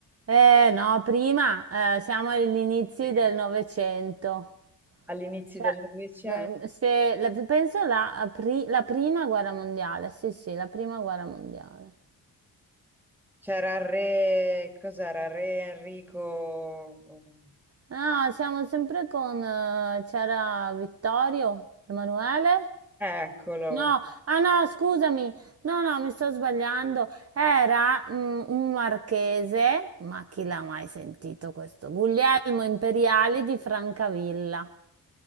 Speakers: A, on the right; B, in the centre.
A: eh. Eh, no, prima eh, siamo agli inizi
B: Prima.
A: del Novecento.
B: All'inizio
A: Cioè,
B: del Novecento
A: no, mm, se, la- penso la, pri- la prima guerra mondiale, sì, sì, la prima guerra mondiale.
B: c'era il re, cos'era? Re Enrico.
A: Ah, siamo sempre con, eh, c'era Vittorio, Emanuele?
B: Eccolo.
A: No, ah no, scusami, no, no, mi sto sbagliando. Era mm, un marchese, ma chi l'ha mai sentito questo? Guglielmo Imperiali di Francavilla.